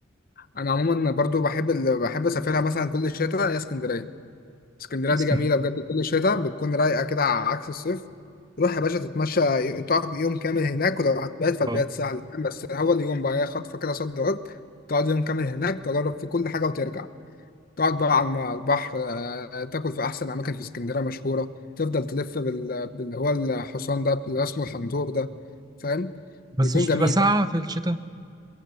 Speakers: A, on the left (about 45°); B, on the right (about 20°).
A: أنا عموما برضو بحب ال... بحب أسافرها مثلا كل شتاء هي اسكندرية اسكندرية
B: اسكندريه
A: دي جميلة بجد كل شتاء بتكون رايقة كده على عكس الصيف تروح يا باشا تتمشى ي- تقعد يوم كامل هناك ولو هتبات فالبيات
B: اه
A: سهل بس هو اليوم بقى هي خطفة كده صد رد تقعد يوم كامل هناك تجرب في كل حاجة وترجع تقعد بقى على البحر آه، تاكل في احسن اماكن في اسكندريه مشهوره تفضل تلف بال... باللي هو الحصان ده اللي اسمه الحنطور ده فاهم
B: بس
A: بيكون
B: مش
A: جميل
B: بتبقى ساقعه
A: يعني.
B: في الشتاء